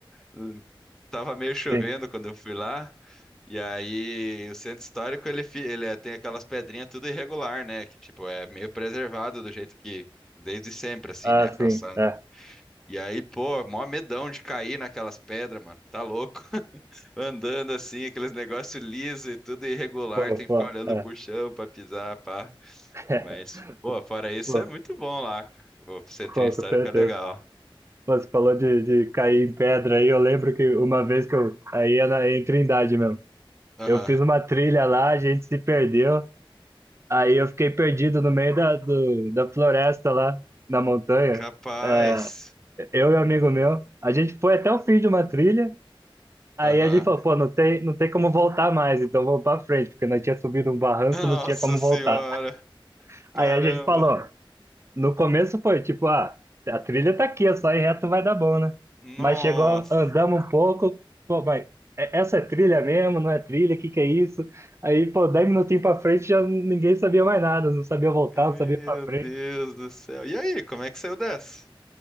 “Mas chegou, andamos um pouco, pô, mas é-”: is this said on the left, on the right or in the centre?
Right